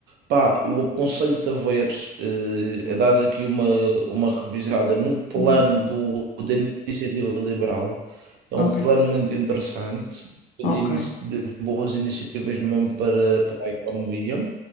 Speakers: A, on the right; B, on the left.
A: Pá, eu aconselho-te a ver, eh, a dar aqui uma, uma revisada no plano
B: Uhum.
A: do, da Iniciativa Liberal. É
B: Ok.
A: um plano muito interessante, de,
B: Ok.
A: inici- de boas iniciativas mesmo para, para a economia.